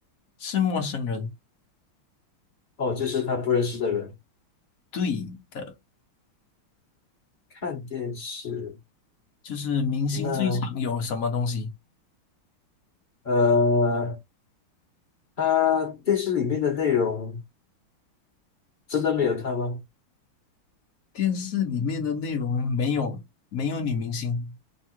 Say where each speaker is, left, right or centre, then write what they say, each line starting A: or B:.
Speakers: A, on the left; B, on the left.
A: 是陌生人，
B: 哦，就是他不认识的人。
A: 对的，
B: 看电视，
A: 就是明星最常有什么东西？
B: 那呃，他电视里面的内容真的没有他吗？
A: 电视里面的内容没有没有女明星，